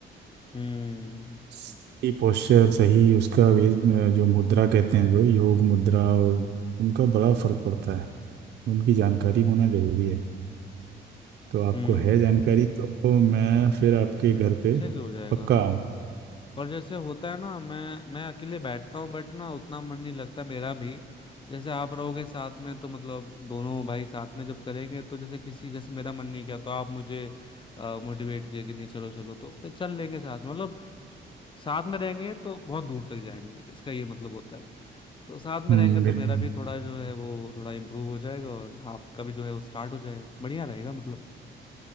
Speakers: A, on the left; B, on the right.
A: हम्म
B: सही पोस्चर सही उसका वे जो मुद्रा कहते हैं जो योग मुद्रा और उनका बड़ा फर्क पड़ता है उनकी जानकारी होना जरूरी है तो आपको
A: हम्म
B: है जानकारी तो मैं फिर आपके घर पे
A: अच्छे से हो जाएगा
B: पक्का आऊँ
A: और जैसे होता है ना मैं मैं अकेले बैठता हूँ बट ना उतना मन नहीं लगता मेरा भी जैसे आप रहोगे साथ में तो मतलब दोनों भाई साथ में जब करेंगे तो जैसे किसी जैसे मेरा मन नहीं किया तो आप मुझे मोटिवेट किया कि नहीं चलो चलो तो फिर चल लेंगे साथ में मतलब साथ में रहेंगे तो बहुत दूर तक जाएंगे इसका ये मतलब होता है तो साथ में
B: हम्म
A: रहेंगे तो
B: बिल्कुल
A: मेरा भी थोड़ा जो है वो थोड़ा इम्प्रूव हो जाएगा और आपका भी जो है वो स्टार्ट हो जाएगा बढ़िया रहेगा मतलब